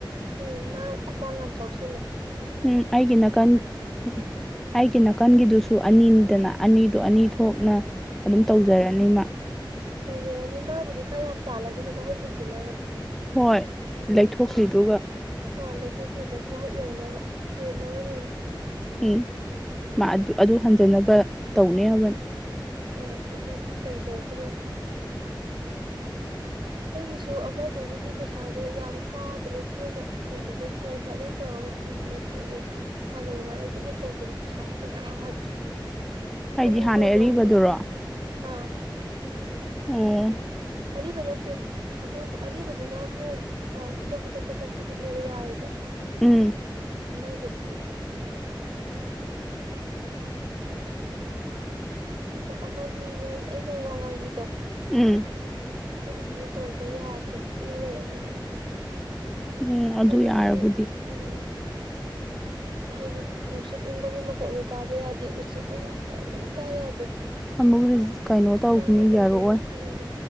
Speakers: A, on the right; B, in the centre.
A: ꯎꯝ ꯃꯥ ꯈꯨꯃꯥꯡ ꯌꯥꯝ ꯆꯥꯎꯁꯤꯜꯂꯦ
B: ꯎꯝ ꯑꯩꯒꯤ ꯅꯥꯀꯟ ꯎꯝ ꯑꯩꯒꯤ ꯅꯥꯀꯟꯒꯤꯗꯨꯁꯨ ꯑꯅꯤꯅꯤꯗꯅ ꯑꯅꯤꯗꯨꯣ ꯑꯅꯤ ꯊꯣꯛꯅ ꯑꯗꯨꯝ
A: ꯎꯝ
B: ꯇꯧꯖꯔꯅꯤ ꯃꯥ
A: ꯇꯧꯖꯔꯅꯤ ꯃꯥꯕꯨꯗꯤ ꯈꯔ ꯌꯥꯝ ꯇꯥꯜꯂꯁꯨꯅꯨ ꯃꯍꯨꯠ ꯍꯟꯖꯤꯟꯅꯕ
B: ꯍꯣꯏ ꯂꯩꯊꯣꯛꯈ꯭ꯔꯤꯗꯨꯒꯥ
A: ꯑꯥ ꯂꯩꯊꯣꯛꯈꯤꯕꯗꯣ ꯃꯍꯨꯠ ꯌꯧꯅꯕ ꯍꯦꯟꯅꯕ ꯍꯦꯟꯅ
B: ꯎꯝ ꯃꯥ ꯑꯗꯨ ꯑꯗꯨ ꯍꯟꯖꯅꯕ ꯇꯧꯅꯤ ꯍꯥꯏꯕꯅꯤ
A: ꯑꯥ ꯑꯗꯨ ꯇꯧꯖꯔꯁꯅꯨ ꯑꯩꯒꯤꯁꯨ ꯑꯃꯗꯨꯒꯤꯗꯤ ꯄꯩꯁꯥꯗꯣ ꯌꯥꯝ ꯀꯥꯗ꯭ꯔꯦ ꯇꯣꯏꯅ ꯇꯧꯗꯕꯩ ꯈꯔ ꯈꯔꯗꯪ ꯇꯧꯔꯒ ꯀꯤꯗꯅ ꯇꯣꯛꯑꯦ ꯍꯥꯟꯅꯒꯨꯝꯃꯥꯏꯅ ꯆꯠ ꯆꯠ ꯇꯧꯗꯕꯩ ꯄꯩꯁꯥ ꯑꯝꯇ ꯀꯥꯗ꯭ꯔꯦ
B: ꯍꯥꯏꯗꯤ
A: ꯑꯅꯤ
B: ꯍꯥꯟꯅꯩ
A: ꯐꯥꯎ
B: ꯑꯔꯤꯕꯗꯨꯔꯣ
A: ꯌꯧꯗꯅ
B: ꯑꯣ
A: ꯑ
B: ꯑꯦ
A: ꯑꯔꯤꯕ ꯅꯠꯇꯦ ꯑꯅꯧꯕ ꯑꯔꯤꯕꯗꯨꯅ ꯑꯃꯨꯛ ꯑꯥ ꯈꯨꯗꯛ ꯈꯨꯗꯛꯇ ꯀꯛꯄꯤꯗꯨꯅꯦꯕ ꯌꯥꯔꯤꯗꯣ
B: ꯎꯝ
A: ꯑꯅꯧꯕꯗꯨꯅꯦ ꯑꯗꯨꯒ ꯑꯃꯒꯤ ꯋꯥꯔꯤ ꯑꯩꯅ ꯋꯥ ꯉꯥꯡꯕꯤꯗꯣ
B: ꯎꯝ
A: ꯑꯗꯨꯒꯤꯗꯨꯗꯤ ꯇꯧꯕ ꯌꯥꯗ꯭ꯔꯦ ꯁꯤꯗ ꯂꯩꯔꯃꯤꯅ
B: ꯎꯝ ꯑꯗꯨ
A: ꯑꯗꯨꯗꯤ
B: ꯌꯥꯔꯕꯨꯗꯤ
A: ꯎꯝ ꯍꯥꯏꯗꯤ ꯅꯨꯡꯁꯤꯠ ꯎꯪꯕꯒꯤ ꯃꯈ ꯣꯂꯁꯨ ꯇꯥꯕ ꯌꯥꯗꯦ ꯎꯆꯦꯛ ꯋꯥ ꯀꯔꯤꯝꯇ ꯇꯥꯕ ꯌꯥꯗꯦ
B: ꯑꯃꯨꯛ ꯀꯩꯅꯣ ꯇꯧꯈꯤꯅꯤ
A: ꯀꯔꯥꯏ ꯇꯧꯗꯣꯏꯅꯣ
B: ꯌꯥꯔꯛꯑꯣꯏ
A: ꯈꯪꯗꯦ